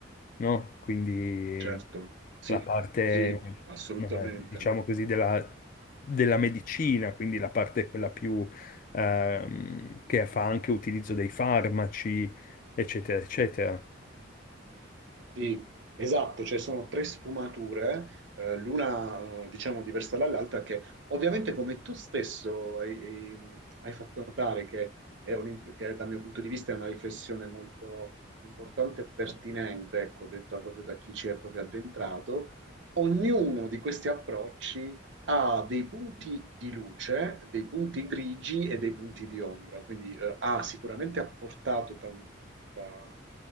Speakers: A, on the left; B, on the right.
A: no? Quindi
B: certo, sì,
A: la parte,
B: sì, assolutamente.
A: eh, diciamo così, della, della medicina, quindi la parte quella più ehm, che fa anche utilizzo dei farmaci, eccetera, eccetera.
B: Sì, esatto, cioè sono tre sfumature, eh, l'una eh, diciamo diversa dall'altra, che ovviamente come tu stesso hai, hai- hai fatto notare che, è un- che dal mio punto di vista è una riflessione molto importante e pertinente, ecco, detta proprio da chi ci è proprio addentrato, ognuno di questi approcci ha dei punti di luce, dei punti grigi e dei punti di ombra, quindi eh, ha sicuramente apportato tan- da-